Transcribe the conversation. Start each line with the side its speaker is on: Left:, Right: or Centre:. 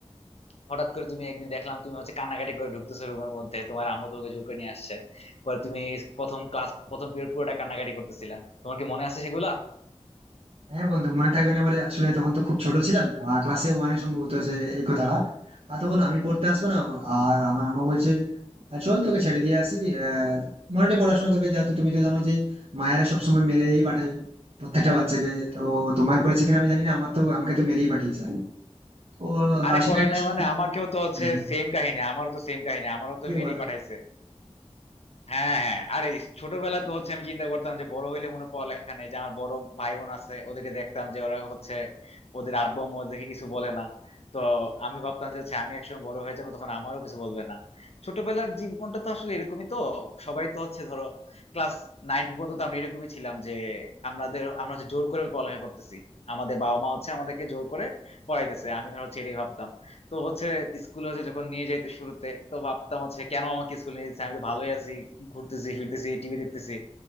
Left: হঠাৎ করে তুমি একদিন দেখলাম তুমি হচ্ছে কান্নাকাটি করে ঢুকতেছো রুমের মধ্যে তোমার আম্মু তোমাকে জোর করে নিয়ে আসছে পরে তুমি প্রথম ক্লাস প্রথম পিরিয়ড পুরোটা কান্নাকাটি করতেছিলা তোমার কি মনে আছে সেগুলা
Right: হ্যাঁ বন্ধু মনে থাকবে না বলে আসলে তখন তো খুব ছোট ছিলাম আর ক্লাসে ওয়ানে সম্ভবত সে এই কথাটা আর তখন আমি পড়তে আসবো না আর আমার আম্মা বলছে "আহ, চল তোকে ছেড়ে দিয়ে আসি আহ মনেটা পড়াশোনা করবে যেহেতু তুমি তো জানো যে মায়েরা সবসময় মেরেই পাঠায় প্রত্যেকটা বাচ্চাকে তো তোমার করেছে কিনা আমি জানি না আমার তো আমাকে তো মেরেই পাঠিয়েছে তো আহ,
Left: আরে
Right: সেটা
Left: করে
Right: একটা
Left: নাই
Right: সত্যি
Left: মানে আমাকেও তো হচ্ছে
Right: হ্যাঁ,
Left: সেম কাহিনী আমারও তো সেম কাহিনী আমারও তো
Right: কি
Left: মেরি
Right: বলো
Left: পাঠাইছে হ্যাঁ হ্যাঁ আরে ইস- ছোটবেলা তো হচ্ছে আমি চিন্তা করতাম যে বড় হইলে মনে হয় পড়ালেখা নেই যে আমার বড় ভাই বোন আছে ওদেরকে দেখতাম যে ওরা হচ্ছে ওদের আব্বু আম্মু ওদেরকে কিছু বলে না তো আমি ভাবতাম যে হচ্ছে আমি একসময় বড় হয়ে যাবো তখন আমারও কিছু বলবে না ছোটবেলার জীবনটা তো আসলে এরকমই তো সবাই তো হচ্ছে ধরো ক্লাস নাইন পর্যন্ত তো আমরা এরকমই ছিলাম যে আমাদের আমরা হচ্ছে জোর করে পড়ালেখা করতেছি আমাদের বাবা মা হচ্ছে আমাদেরকে জোর করে পড়াইতেছে আমি হচ্ছে এটাই ভাবতাম তো হচ্ছে স্কুলে হচ্ছে যখন নিয়ে যাইতো শুরুতে তো ভাবতাম হচ্ছে কেন আমাকে স্কুলে নিয়ে যাচ্ছে আমি তো ভালোই আছি ঘুরতেছি ফিরতেছি টিভি দেখতেছি